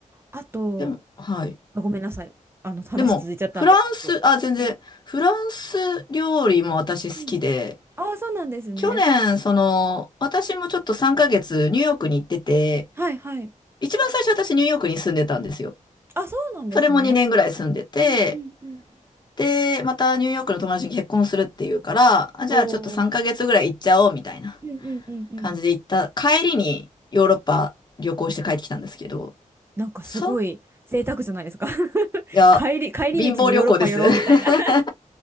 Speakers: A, on the right (about 20°); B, on the left (about 30°).
A: あと
B: でも、はい。
A: あ、ごめんなさい。あの、話続いちゃったんですけど。
B: でも、フランス、あ、全然、
A: うん
B: フランス料理も私好きで、
A: うんああ、そうなんですね。
B: 去年、その、私もちょっと3ヶ月ニューヨークに行ってて、
A: はいはい。
B: 一番最初私ニューヨークに住んでたんですよ。
A: あ、そうなんですね。
B: それも2年ぐらい住んでて、
A: うんうんうん
B: で、またニューヨークの友達に結婚するっていうから、あ、じゃあちょっと3ヶ月ぐらい行っちゃおうみたいな
A: おお。うんうんうんうん。
B: 感じで行った。帰りにヨーロッパ旅行して帰ってきたんですけど、
A: なんかすごい贅沢じゃないですか
B: そん、い
A: <laughs>
B: や、
A: 帰り、帰り道にヨーロッパ寄ろうみたいな
B: 貧乏旅行です。<laughs>